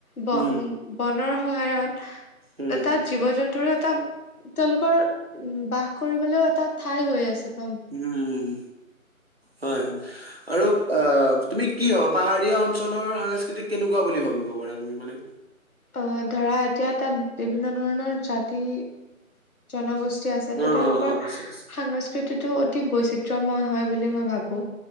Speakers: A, on the left; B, on the right.
A: ব অ
B: উম
A: বনৰ সহায়ত
B: উম
A: এটা জীৱ-জন্তুৰ এটা এটা তেওঁলোকৰ বাস কৰিবলৈও এটা ঠাই হৈ আছে। বা
B: উম। হয় আৰু অ তুমি কি হবা পাহাৰীয়া অঞ্চলৰ সাংস্কৃতিক কেনেকুৱা বুলি ভাৱা? <unintelligible>
A: অ ধৰা এতিয়া তাত বিভিন্ন ধৰণৰ জাতি-জনগোষ্ঠী আছে ত
B: অ
A: তেওঁলোকৰ
B: অ অ আছে আছে
A: সংস্কৃতিটো অতি বৈচিত্ৰময় হয় বুলি মই ভাবোঁ।